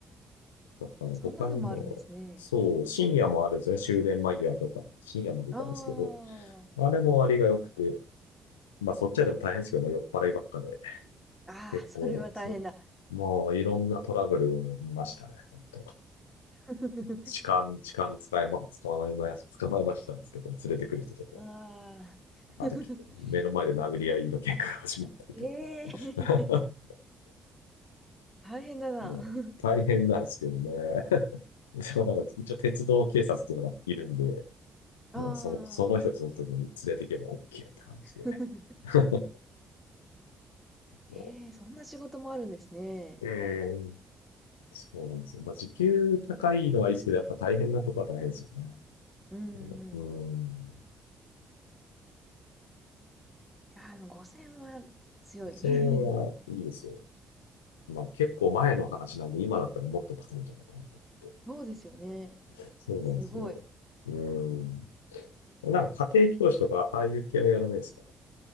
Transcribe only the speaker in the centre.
そんなのもあるんですね。
あ
あ、
ああ、それは大変だ。
<laughs>
ああ。<laughs>
ええ。<laughs>
大変だな。
<laughs>
ああ。
<laughs>
ええ、
そんな仕事もあるんですね。
うんうんうん。
ああ、でも5000は強い。
<laughs>
そうですよね。
すごい。